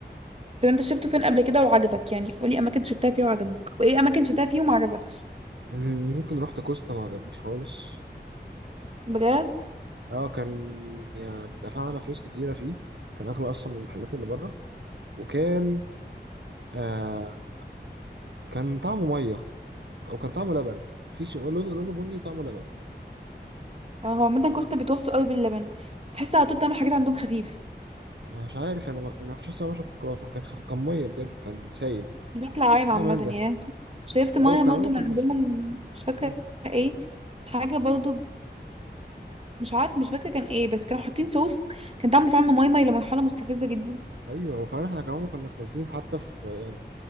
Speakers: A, on the right; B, on the right.
A: طب انت شفته فين قبل كده وعجبك يعني قولي اماكن شفتها فيه وعجبك وايه اماكن شفتها فيه وما عجبكش
B: مم، ممكن رحت كوستا ما عجبنيش خالص
A: بجد
B: اه كان يعني دفعنا فلوس كتيرة فيه كان أغلى أصلا من المحلات اللي بره وكان آه كان طعمه مية أو كان طعمه لبن في شيء لونه لونه بني وطعمه لبن
A: اه هو عامة كوستا بيتوسطوا قوي باللبن تحس على طول بتعمل حاجات عندهم خفيف
B: مش عارف أنا ما أنا مش عارف أنا بشرب شوكولاتة وكان خف... كان مية بجد كان سايل
A: بشكل عام
B: يا
A: عامة
B: مان
A: يعني
B: ده
A: أنا شربت مية
B: أو كمان
A: برضه
B: ما
A: من
B: كناش
A: عندهم مش فاكرة
B: مم.
A: ايه حاجة برضه مش عارف مش فاكرة كان ايه بس كانوا حاطين صوص كان طعمه فعلا ماي ماي لمرحلة مستفزة جدا
B: أيوه وكمان إحنا كمان ما كناش نازلين حتى في يعني